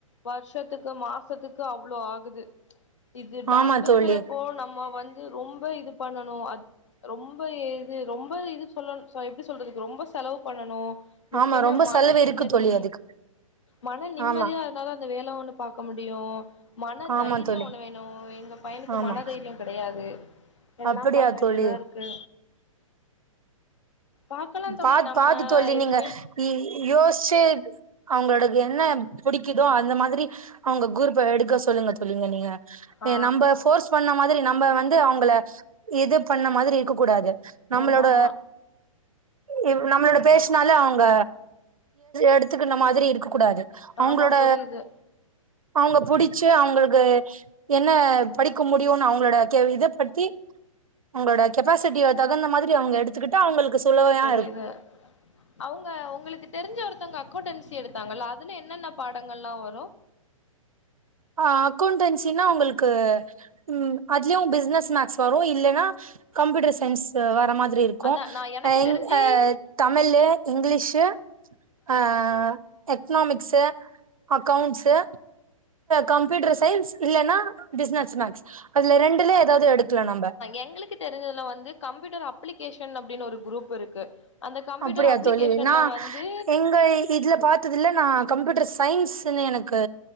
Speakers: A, on the left; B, on the right.
A: வருஷத்துக்கு மாசத்துக்கு அவ்ளோ ஆகுது இது டாக்டர்ங்கிறப்போ
B: ஆமா தோழி
A: நம்ம வந்து ரொம்ப இது பண்ணணும் அ ரொம்ப இது ரொம்ப இது சொல்லணு எப்டி சொல்றதுக்கு ரொம்ப செலவு பண்ணணு முக்கியமா
B: ஆமா ரொம்ப
A: மன
B: செலவு
A: நிம்மதி
B: இருக்கு தோழி அதுக்கு
A: மன நிம்மதியா
B: ஆமா
A: இருந்தாதா அந்த வேலை ஒண்ணு பாக்க முடியு மன
B: ஆமா
A: தைரியோ
B: தோழி
A: ஒன்னு வேணு எங்க பையனுக்கு
B: ஆமா
A: மனதைரியோ கெடையாது எல்லா
B: அப்படியா
A: பாக்க வேண்டியதா
B: தோழி
A: இருக்கு பாக்கலா தோழி
B: பாத்
A: நம்ம
B: பாத்து தோழி
A: எது
B: நீங்க இ யோஸ்ச்சே அவுங்களோடளுக்கு என்ன புடிக்குதோ அந்த மாதிரி அவுங்க குரூப்ப எடுக்க சொல்லுங்க தோழி சொல்லுங்க நீங்க
A: ஆ
B: ஏ நம்ப ஃபோர்ஸ் பண்ண மாதிரி நம்ம வந்து அவுங்கள இது பண்ண மாதிரி இருக்க கூடாது நம்மளோட
A: ஆமா ஆமா
B: இ நம்மளோட பேசுனாலே அவுங்க எடுத்துக்குன மாதிரி இருக்க கூடாது அவுங்களோட
A: ஆமா புரியுது
B: அவுங்க புடிச்ச அவுங்குளுக்கு என்ன படிக்க முடியுனு அவுங்களோட கெ இத பத்தி அவுங்களோட கெப்பாசிட்டிய தகுந்த மாதிரி அவுங்க எடுத்துக்கிட்டு அவுங்குளுக்கு சுலவையான
A: வேற அவுங்க உங்களுக்கு தெரிஞ்ச ஒருத்தவங்க அக்கௌண்டன்சி எடுத்தாங்கல அதுல என்னென்ன பாடங்கள் ல்லா வரு
B: ஆ அக்கௌண்டன்சினா உங்குளுக்கு ம் அதுலயு பிசினஸ் மேக்ஸ் வரோ இல்லன்னா கம்ப்யூட்டர் சயின்ஸ் வர மாதிரி இருக் க்கோ
A: அதா நா எனக்கு
B: அ இங்க
A: தெரிஞ்சு
B: தமிழு இங்கிலீஷு ஆ எக்கனாமிக்ஸ்சு அக்கௌண்ட்ஸ்சு கம்ப்யூட்டர் சயின்ஸ் இல்லன்னா பிஸ்னஸ் மேக்ஸ் அதுல ரெண்டுலயே எதாவது எடுக்கலா நம்ப
A: எங்குளுக்கு தெரிஞ்சுதுல வந்து கம்ப்யூட்டர் அப்ளிகேஷன் அப்டீனு ஒரு குரூப் இருக்கு அந்த கம்ப்யூட்டர்
B: அப்புடியா
A: அப்ளிகேஷன்ல
B: தோழி நா
A: வந்து
B: எங்க இதுல பாத் ததுல நா கம்ப்யூட்டர் சயின்ஸுனு எனக்கு